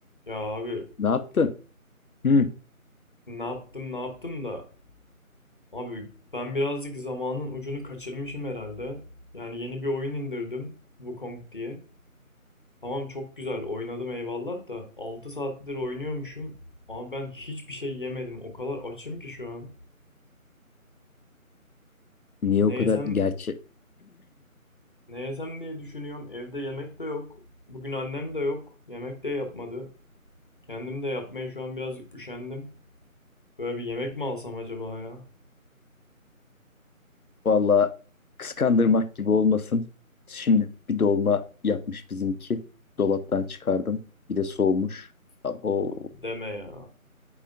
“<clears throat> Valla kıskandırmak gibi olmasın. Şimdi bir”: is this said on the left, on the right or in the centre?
Left